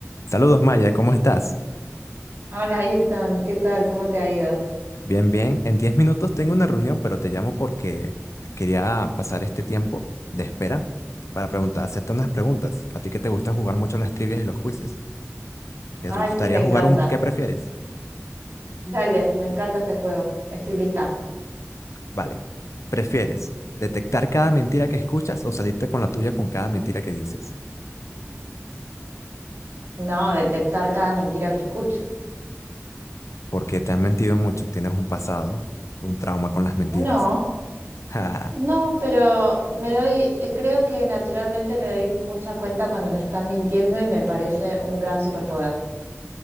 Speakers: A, on the left (about 80°); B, on the right (about 55°).
A: Saludos Maya, ¿cómo estás?
B: Hola Ayrton, ¿qué tal? ¿Cómo te ha ido?
A: Bien, bien. En 10 minutos tengo una reunión, pero te llamo porque quería pasar este tiempo de espera para preguntar, hacerte unas preguntas. A ti que te gusta jugar mucho las trivias y los quizzes. ¿Te
B: Ay,
A: gustaría
B: sí, me encanta.
A: jugar un qué prefieres?
B: Dale, me encanta este juego. Estoy lista.
A: Vale. ¿Prefieres detectar cada mentira que escuchas o salirte con la tuya con cada mentira que dices?
B: No, detectar cada mentira que escucho.
A: Porque te han mentido mucho, tienes un pasado, un trauma con las mentiras.
B: No,
A: <laughs>
B: no, pero me doy, eh, creo que naturalmente me doy mucha cuenta cuando me están mintiendo y me parece un gran superpoder.